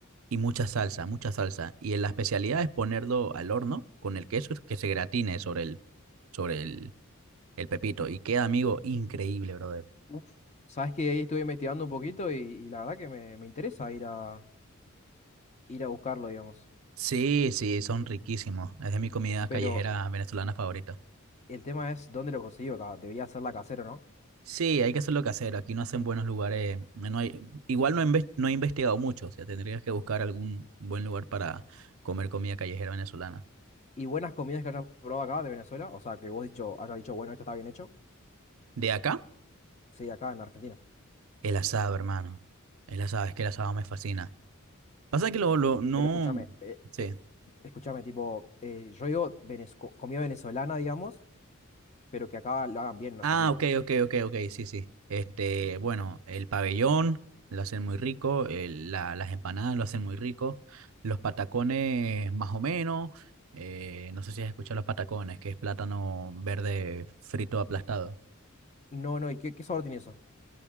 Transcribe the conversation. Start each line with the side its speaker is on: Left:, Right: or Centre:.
Right: y mucha salsa, mucha salsa. Y la especialidad es ponerlo al horno con el queso que se gratine sobre el, sobre el, el pepito. Y queda, amigo, increíble, brother.
Left: Uf. Sabes que ahí estuve investigando un poquito y, y la verdad que me, me interesa ir a, ir a buscarlo, digamos.
Right: Sí, sí, son riquísimos. Es de mi comida
Left: Pero
Right: callejera venezolana favorita.
Left: El tema es dónde lo conseguí acá. Debería ser la casero, ¿no?
Right: Sí, hay que hacerlo casero. Aquí no hacen buenos lugares. No hay, igual no he, inves- no he investigado mucho. O sea, tendrías que buscar algún buen lugar para comer comida callejera venezolana.
Left: Y buenas comidas que hayas probado acá de Venezuela. O sea, que vos dicho, hayas dicho, bueno, esto está bien hecho.
Right: ¿De acá?
Left: Sí, acá en Argentina.
Right: El asado, hermano. El asado, es que el asado me fascina. Pasa que lo, lo, no,
Left: Pero escúchame, eh,
Right: sí.
Left: eh, escúchame, tipo, eh, yo digo venez- co- comida venezolana, digamos, pero que acá lo hagan bien en
Right: Ah,
Left: Argentina.
Right: ok, ok, ok, ok, sí, sí. Este, bueno, el pabellón lo hacen muy rico, el- la- las empanadas lo hacen muy rico, los patacones más o menos, eh, no sé si has escuchado los patacones, que es plátano verde frito aplastado.
Left: No, no, ¿y qué, qué sabor tiene eso?